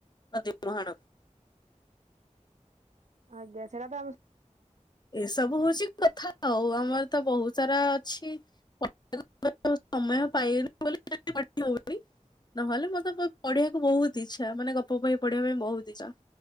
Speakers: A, on the left (about 35°); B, on the right (about 65°).
A: ନଦୀ ମହାଣ
B: ଆଜ୍ଞା ସେଇଟା ତ
A: ଏସବୁ ହଉଛି କଥା ନା ଆଉ ଆମର ତ ବହୁତ ସାରା ଅଛି ସମୟ ପାଇନି ବୋଲି <inaudible> ହବନି। ନହେଲେ ମତେ ପଢିବାକୁ ବହୁତ ଇଛା ମାନେ ଗପ ବହି ପଢିଆ ପାଇଁ ବହୁତ ଇଚ୍ଛା।